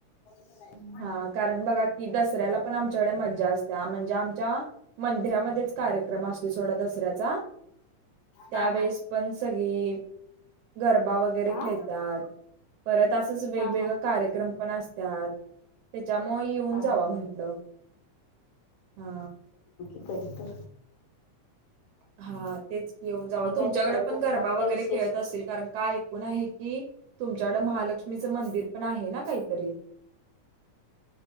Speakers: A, on the left; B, on the right.
A: ह
B: हा कारण बघा की दसऱ्याला पण आमच्याकडे मज्जा असते म्हणजे आमच्या मंदिरामध्येच कार्य कार्यक्रम असतो सोडा दुसर्‍याचा त्यावेळेस
A: हा हा
B: पण सगळी ऐ गरबा वगैरे
A: आ हा
B: खेळतात परत असच वेगवेगळे
A: हा हा
B: कार्यक्रम पण असतात त्याच्यामुळे येऊन
A: हा
B: जावा म्हंटलं हा
A: हो हो
B: हा तेच घेऊन जाव तुमच्याकडे
A: काय तिकड
B: पण
A: कोकणात
B: गरबा
A: काय
B: वगैरे
A: विशेष
B: खेळत असेल कारण काय ऐकून आहे की तुमच्याकड महालक्ष्मीचं मंदिर पण आहे ना काहीतरी